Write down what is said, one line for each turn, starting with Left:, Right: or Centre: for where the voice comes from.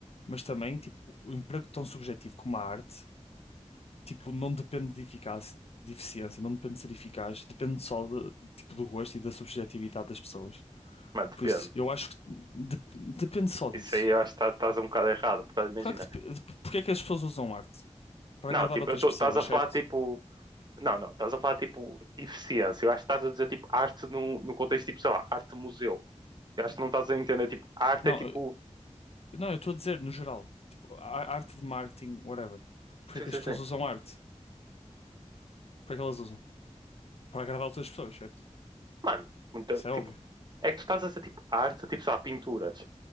Left: mas também, tipo, o emprego tão subjetivo como a arte, tipo, não depende de eficácia, de eficiência, não depende de ser eficaz, depende só de, tipo, do gosto e da subjetividade das pessoas.
Right: Mano, depende.
Left: Por isso, eu acho que de- depende só disso.
Right: Isso aí eu acho que tá- estás um bocado errado, porque imagina.
Left: Claro que dep- de- porque é que as pessoas usam arte? para
Right: Não,
Left: agradar
Right: tipo,
Left: outras
Right: eu tô,
Left: pessoas,
Right: estás a falar
Left: certo?
Right: tipo. Não, não, estás a falar tipo eficiência. Eu acho que estás a dizer tipo arte no, no contexto tipo, sei lá, arte museu. Eu acho que não estás a entender, tipo, arte
Left: Não,
Right: é tipo.
Left: eu- não, eu estou a dizer no geral, tipo, a- arte de marketing, whatever. Porque
Right: Sim,
Left: é que
Right: sim,
Left: as pessoas
Right: sim.
Left: usam arte? Para que elas usam? Para agradar outras pessoas, certo?
Right: Mano, muito,
Left: Isso é
Right: tipo,
Left: óbvio.
Right: é que tu estás a dizer tipo arte, tipo, sei lá, pinturas.